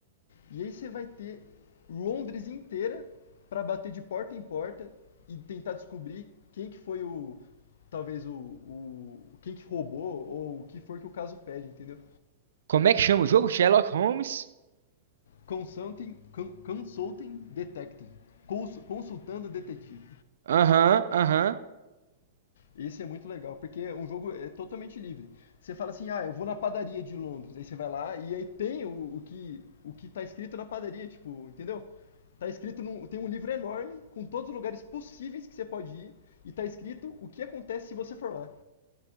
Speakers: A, on the left; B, on the right.
A: E aí você vai ter Londres inteira para bater de porta em porta e tentar descobrir quem que foi o talvez o, o quem que roubou ou o que for que o caso pede, entendeu?
B: Como é que chama o jogo? Sherlock Holmes?
A: Consulting, con- consulting detective, Cons- consultando detetive.
B: Aham, aham.
A: Esse é muito legal, porque é um jogo é totalmente livre. Você fala assim, ah, eu vou na padaria de Londres, aí você vai lá e aí tem o, o que o que tá escrito na padaria, tipo, entendeu? Tá escrito num, tem um livro enorme com todos os lugares possíveis que você pode ir e tá escrito o que acontece se você for lá.